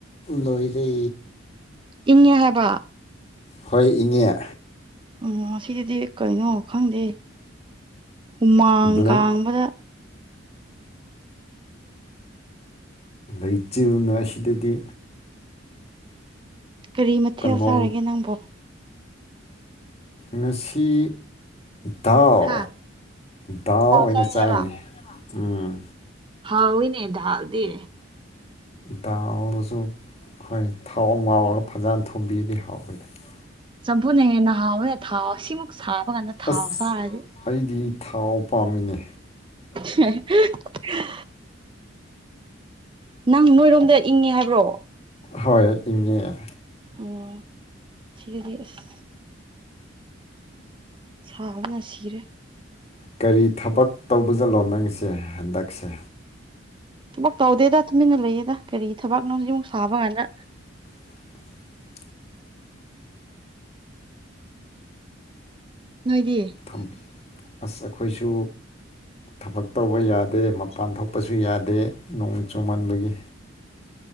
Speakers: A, on the left (about 35°); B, on the right (about 25°).
A: ꯂꯣꯏꯔꯦ
B: ꯏꯉꯦ ꯍꯥꯏꯕ
A: ꯍꯣꯏ ꯏꯪꯉꯦ
B: ꯑꯥ ꯁꯤꯗꯗꯤ ꯀꯩꯅꯣ ꯈꯪꯗꯦ ꯍꯨꯃꯥꯡ
A: ꯕ꯭ꯂꯦꯡ
B: ꯀꯥꯡꯕꯗ
A: ꯑꯩꯗꯨꯅ ꯂꯩꯆꯤꯜꯗꯨꯗꯤ
B: ꯀꯔꯤ ꯃꯊꯦꯜ
A: ꯅꯣꯡ
B: ꯆꯥꯔꯒꯦ ꯅꯪꯕꯣ
A: ꯉꯁꯤ ꯗꯥꯜ
B: ꯍꯥ
A: ꯗꯥꯜ ꯑꯣꯏꯅ
B: ꯆꯥꯏ
A: ꯆꯥꯏꯌꯦ
B: ꯍꯥꯏꯕ
A: ꯎꯝ
B: ꯍꯥꯎꯋꯤꯅꯦ ꯗꯥꯜꯗꯤ
A: ꯗꯥꯜꯗꯨꯁꯨ ꯍꯣꯏ ꯊꯥꯎ ꯉꯥꯎꯔꯒ ꯐꯖꯅ ꯊꯣꯡꯕꯤꯗꯤ ꯍꯥꯎꯋꯤꯗ
B: ꯆꯝꯐꯨꯠꯅ ꯍꯦꯟꯅ ꯍꯥꯎꯋꯦ ꯊꯥꯎ ꯁꯤꯃꯨꯛ ꯁꯥꯕ ꯀꯥꯟꯗ ꯊꯥꯎ
A: ꯑꯁ
B: ꯆꯥꯔꯗꯤ
A: ꯑꯩꯗꯤ ꯊꯥꯎ ꯄꯥꯝꯃꯤꯅꯦ
B: ꯍꯥ ꯑꯥ ꯅꯪ ꯅꯣꯏꯔꯣꯝꯗ ꯏꯪꯉꯦ ꯍꯥꯏꯕ꯭ꯔꯣ
A: ꯍꯣꯏ ꯏꯉꯦ
B: ꯑꯣ ꯁꯤꯗꯗꯤ ꯑꯁ ꯁꯥꯕꯅ ꯁꯤꯔꯦ
A: ꯀꯔꯤ ꯊꯕꯛ ꯇꯧꯕ ꯆꯥꯠꯂꯣ ꯅꯪꯁꯦ ꯍꯟꯗꯛꯁꯦ
B: ꯊꯕꯛ ꯇꯧꯗꯦꯗ ꯇꯨꯃꯤꯟꯅ ꯂꯩꯌꯦꯗ ꯀꯔꯤ ꯊꯕꯛꯅꯣ ꯁꯨꯛ ꯁꯥꯕ ꯀꯥꯟꯗ
A: <inaudible>
B: ꯅꯣꯏꯗꯤ
A: ꯊꯝ- ꯑꯁ ꯑꯩꯈꯣꯏꯁꯨ ꯊꯕꯛ ꯇꯧꯕ ꯌꯥꯗꯦ ꯃꯄꯥꯟ ꯊꯣꯛꯄꯁꯨ ꯌꯥꯗꯦ ꯅꯣꯡ ꯆꯨꯃꯟꯕꯒꯤ